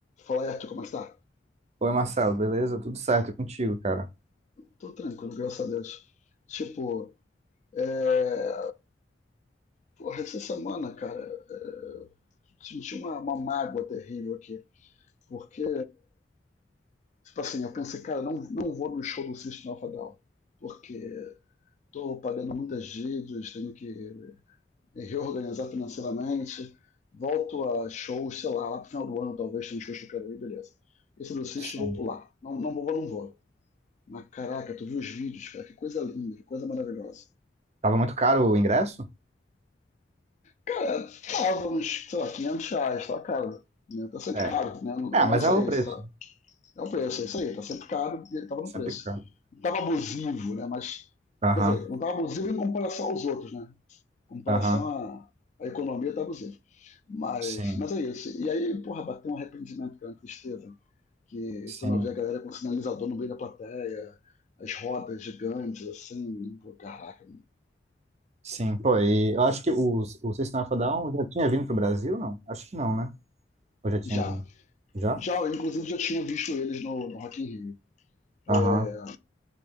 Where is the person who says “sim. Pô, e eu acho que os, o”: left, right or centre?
Right